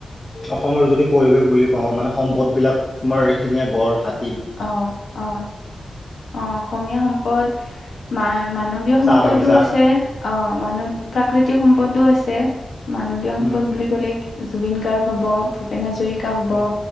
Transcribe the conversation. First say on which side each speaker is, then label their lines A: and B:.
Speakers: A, on the left (about 20°); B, on the left (about 70°).
A: অসমৰ যদি পৰিৱেশ বুলি কওঁ মানে সম্পদবিলাক, তোমাৰ এশিঙীয়া গঁড়, হাত
B: অ অ অ অসমীয়া সম্পদ, মা মানৱ ৱীয় সম্পদো
A: চাহ বাগিচা
B: আছে, অ মানব, প্ৰাকৃতিক সম্পদো আছে। মানৱীয় সম্পদ
A: উম উম
B: বুলি ক'লে, জুবিন গাৰ্গ হ'ব, ভূ পেন হাজৰিকা হ'ব,
A: উম